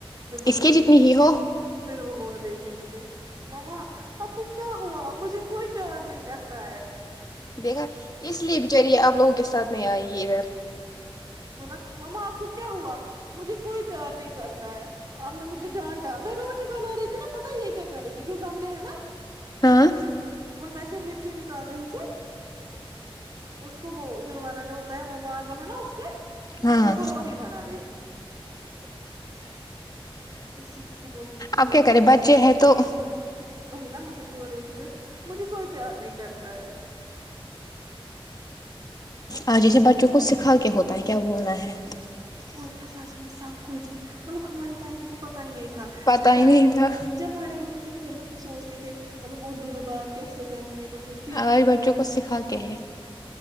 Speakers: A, on the right (about 45°); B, on the left (about 40°).
A: پھر وہ
B: اس
A: بول
B: کی جتنی ہی ہو
A: پھر وہ بول رہی تھی مجھے ما آپ کو کیا ہوا مجھے کوئی پیار نہیں کرتا ہے <unintelligible>
B: دیکھا اس لیے بچاری آپ لوگوں کے ساتھ نہیں آئے گی ادھر
A: بونا ماما آپ کو کیا ہوا مجھے کوئی پیار نہیں کرتا ہے <unintelligible> آپ نے مجھے ڈانٹا میں روٹی بنا رہی تھی نا پتا یہ کیا کر رہی تھی جو گملے ہیں نا <unintelligible>
B: ہاں <unintelligible>
A: ان میں سے مٹی نکال رہی تھی اس کو وہ جو وارنڈا ہوتا ہے وہ ماربل ہے نا اس کے
B: ہاں
A: اس پ اس کو روٹی بنا رہی تھی اس <unintelligible> بول رہی تھی مجھے
B: اب کیا کرے بچے ہیں تو
A: وہی نا مجھے <unintelligible> ہو رہی تھی پھر مجھے کوئی پیار نہیں کرتا ہے
B: آ جیے بچوں کو سکھا کیا ہوتا ت کیا بول رہ ہے <unintelligible>
A: کیا ساچنا سب کچھ مطلب ہمارے ٹائم پہ تو پتا ہی نہیں تھا تھا
B: پتا
A: جب بھاڑے
B: ہی نہیں
A: ہوتے
B: تھا
A: جب بھاڑے ہوتے تو پھر سوچتے تھے مطلب اردو میں بات کیسے کرنی ہے پہلے سیکھتے
B: آج بچوں
A: تھے
B: کو سکھا کے ہے